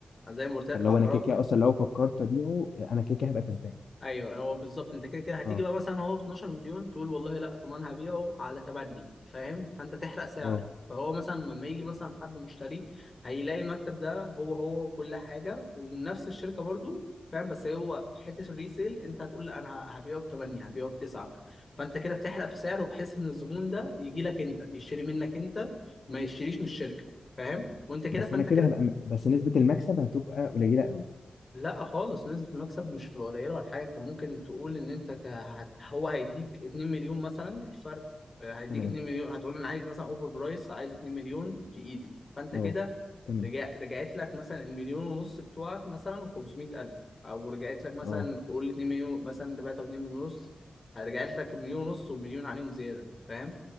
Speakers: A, on the left; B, on the left.
A: زي ما قلت لك
B: فاللي
A: العقارات
B: هو انا كده كده اصلا لو فكرت ابيعه انا كده كده هبقى كسبان
A: ايوه هو بالظبط انت كده كده هتيجي
B: اه
A: بقى مثلا هو ب 12 مليون تقول والله لا طب انا هبيعه على 8 فاهم فانت تحرق سعر
B: اه
A: فهو مثلا لما يجي مثلا حد مشتري هيلاقي المكتب ده هو هو وكل حاجه ومن نفس الشركه برضو فاهم بس هو في حته الريسيل انت هتقول لا انا ه- هبيعه ب 8 هبيعه ب 9 فانت كده بتحرق في سعره بحيث ان الزبون ده يجي لك انت يشتري منك انت ما يشتريش من الشركه فاهم وانت كده
B: بس
A: فانت
B: انا كده
A: كده
B: هبقى م- بس نسبه المكسب هتبقى قليله قوي
A: لا خالص نسبة المكسب مش هتبقى قليلة ولا حاجة انت ممكن تقول ان انت ك... هت... هو هيديك 2 مليون مثلا الفرق آه، هيديك
B: تمام
A: 2 مليون هتقول انا عايز مثلا اوفر برايس عايز 2 مليون في ايدي فانت
B: اه
A: كده
B: تمام
A: رجع... رجعت لك مثلا المليون ونص بتوعك مثلا و500 الف او رجعت لك مثلا
B: اه
A: قول 2 مليون مثلا انت بعت 2 مليون ونص رجعت لك مليون ونص ومليون عليهم زيادة فاهم